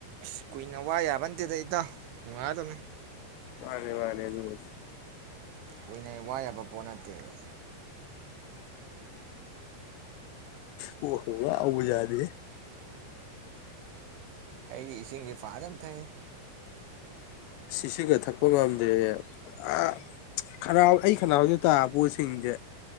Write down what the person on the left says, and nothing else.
ꯃꯥꯅꯦ ꯃꯅꯦ ꯑꯗꯨꯕꯨꯗꯤ
ꯀꯣꯛꯀ ꯉꯥꯎꯕ ꯖꯥꯠꯅꯦꯍꯦ
ꯁꯤꯁꯤꯒ ꯊꯛꯄ ꯉꯝꯗꯦ ꯑ ꯈꯅꯥꯎ ꯑꯩ ꯈꯅꯥꯎꯗ ꯇꯥꯕ ꯄꯣꯠꯁꯤꯡꯁꯦ